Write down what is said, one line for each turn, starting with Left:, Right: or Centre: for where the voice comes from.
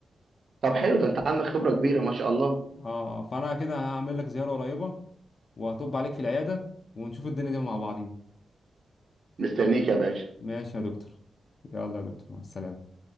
Right: طب حلو ده انت عندك خبرة كبيرة ما شاء الله
Left: اه آه، فانا كده هعمل لك زيارة قريبة وهطب عليك في العيادة ونشوف الدنيا دي مع بعضينا
Right: مستنيك يا باشا
Left: ماشي يا دكتور يلا يا دكتور مع السلامة